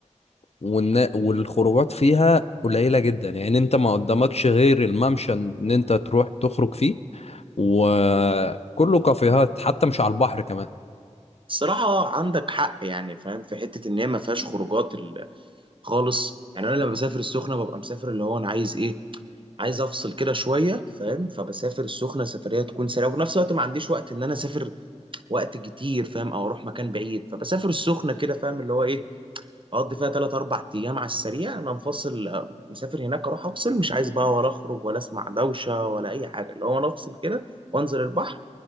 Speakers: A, on the left (about 55°); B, on the right (about 45°).
A: والنا... والخروجات فيها قليلة جدا يعني أنت ما قدامكش غير الممشى إن أنت تروح تخرج فيه وكله كافيهات حتى مش على البحر كمان
B: الصراحة عندك حق يعني فاهم في حتة إن هي ما فيهاش خروجات ال- خالص يعني أنا لما بسافر السخنة ببقى مسافر اللي هو أنا عايز إيه عايز أفصل كده شوية فاهم فبسافر السخنة سفرية تكون سريعة وفي نفس الوقت ما عنديش وقت إن أنا أسافر وقت كتير فاهم أو أروح مكان بعيد فبسافر السخنة كده فاهم اللي هو إيه أقضي فيها تلات أربع أيام على السريع أنا مفصل آه، مسافر هناك أروح أفصل مش عايز بقى ولا أخرج ولا أسمع دوشة ولا أي حاجة اللي هو أنا أفصل كده وأنزل البحر